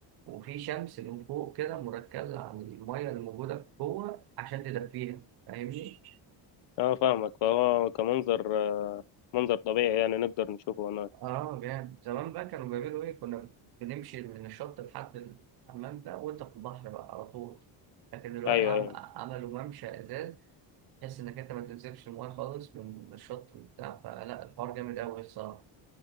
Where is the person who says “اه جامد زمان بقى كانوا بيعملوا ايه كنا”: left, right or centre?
Right